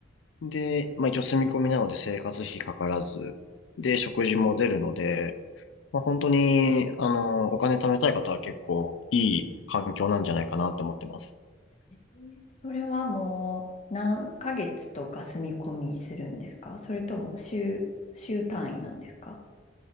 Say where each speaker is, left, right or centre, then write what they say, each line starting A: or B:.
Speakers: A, on the left; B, on the left.
A: で、まあ一応住み込みなので生活費かからず、で、食事も出るので、まあ本当に、あの、お金貯めたい方は結構いい環境なんじゃないかなと思ってます。
B: えーそれはもう何ヶ月とか住み込みするんですかそれとも週、週単位なんですか